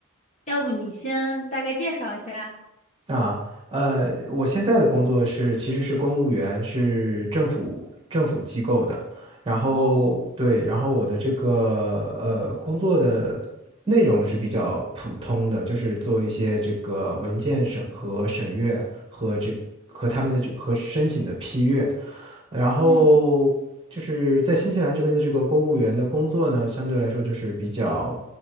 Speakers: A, on the left; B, on the right.
A: 要不你先大概介绍一下？
B: 啊，呃，我现在的工作是其实是公务员，是政府政府机构的。然后对，
A: 哦，
B: 然后我的这个呃工作的内容是比较普通的，就是做一些这个文件审核、审阅和这和他们的这和申请的批阅。然后就是在新西兰这边的这个公务员的工作呢，
A: 嗯
B: 相对来说就是比较。